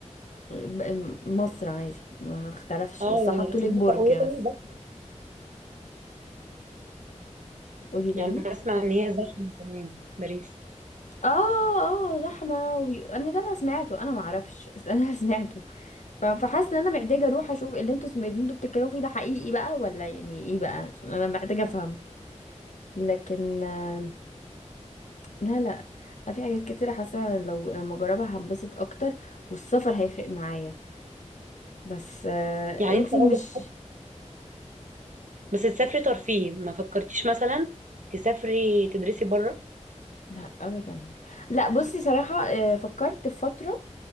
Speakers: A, on the left; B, on the right.
A: ب- مصر عادي ما اختلفش
B: اه
A: بس حطوا
B: يعني سمعت
A: لك برج
B: وهي
A: بس
B: كمان زحمه
A: قولي تاني
B: يعني بسمع ان هي زحمه كمان باريس
A: اه اه زحمة وبي... انا ده انا سمعته انا معرفش بس انا <laughs> سمعته ف- فحاسه ان انا محتاجه اروح اشوف اللي انتوا سم- اللي انتوا بتتكلموا فيه ده حقيقي بقى ولا يعني ايه بقى عشان انا محتاجه افهم لكن آه، لا لا في حاجات كتيره حاسه لو لما اجربها هنبسط اكتر والسفر هيفرق معايا بس آه،
B: يعني
A: انتي
B: انت
A: مش
B: عايزه بس تسافري ترفيه ما فكرتيش مثلا تسافري تدرسي بره
A: لا ابدا لا بصي صراحه آه، فكرت في فتره